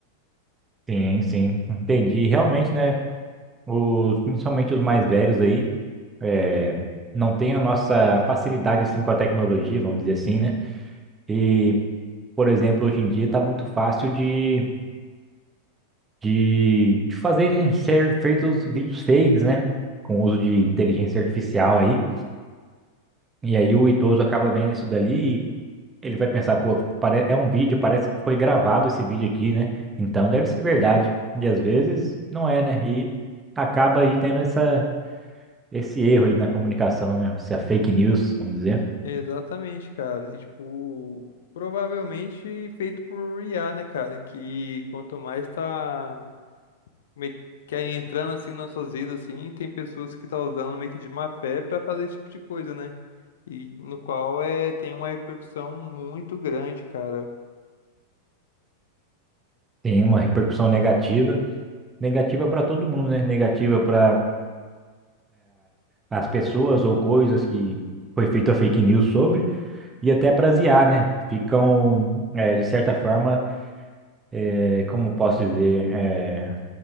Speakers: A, on the right (about 15°); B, on the left (about 60°).
A: Sim, sim, entendi. Realmente, né, os, principalmente os mais velhos aí, é, não tem a nossa facilidade assim com a tecnologia, vamos dizer assim, né? E, por exemplo, hoje em dia tá muito fácil de, de, de fazerem ser feitos vídeos fakes, né? Com o uso de inteligência artificial aí. E aí o idoso acaba vendo isso dali e ele vai pensar, pô, pare- é um vídeo, parece que foi gravado esse vídeo aqui, né? Então deve ser verdade. E às vezes não é, né? E acaba aí tendo essa, esse erro aí na comunicação, né? Essa fake news, vamos dizer.
B: Exatamente, cara. E, tipo, provavelmente feito por IA, né, cara? Que quanto mais tá meio que aí entrando assim nas nossas vidas, assim, tem pessoas que tá usando meio que de má fé pra fazer esse tipo de coisa, né? E no qual é tem uma repercussão muito grande, cara.
A: Tem uma repercussão negativa. Negativa para todo mundo, né? Negativa para as pessoas ou coisas que foi feita fake news sobre e até para as IA, né? Ficam, eh, de certa forma, eh, como posso dizer. eh,